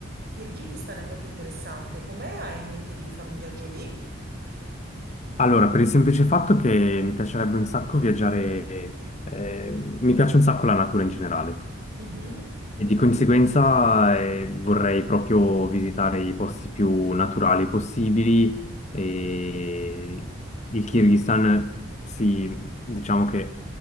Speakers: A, on the right; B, on the left.
A: Kirghizistan è molto interessante, com'è? Hai in mente di fare un viaggio lì?
B: Allora, per il semplice fatto che mi piacerebbe un sacco viaggiare, eh, mi piace un sacco la natura in generale.
A: Mhm.
B: E di conseguenza eh, vorrei proprio visitare i posti più naturali possibili e il Kirghizistan si, diciamo che